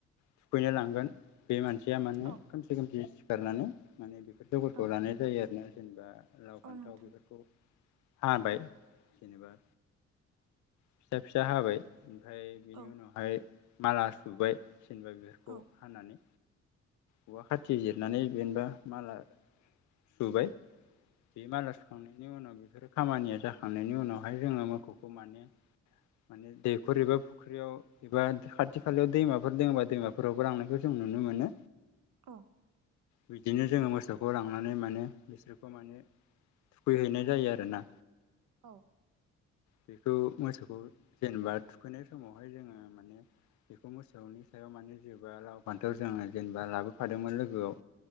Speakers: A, on the left; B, on the right.
A: थुखैनो लांगोन बे मानसि। खया माने
B: औ
A: खोमसि खोमसि सिखारनानै माने बेफोर जगरखौ
B: औ
A: लानाय जायो आरो ना जेनेबा। लाव फान्थाव
B: औ नोंथां
A: बेफोरखौ। हाबाय जेनेबा फिसा फिसा हाबाय। ओमफ्राय बेनि
B: औ
A: उनावहाय माला सुबाय जेनबा बेफोरखौ
B: औ
A: हानानै। औवा खाथि जिरनानै जेनबा माला सुबाय। बे माला सुखांनायनि उनाव बेफोरो खामानिया जाखांनायनि उनावहाय जोङो मोसौखौ माने। माने दैखर एबा फुख्रियाव एबा खाथि खालायाव दैमाफोर दङबा दैमाफोरावबो लांनायखौ जों। नुनो मोनो।
B: औ।
A: बिदिनो जोङो मोसौखौ लांनानै माने बिसोरखौ माने। थुखैहैनाय जायो आरोना।
B: औ
A: बेखौ मोसौखौ जेनेबा थु‌ खैनाय समावहाय जोङो माने बेखौ मोसौनि सायाव माने जेबा लाव फान्थाव जोङो जेनेबा लाबो। फादोंमोन लोगोआव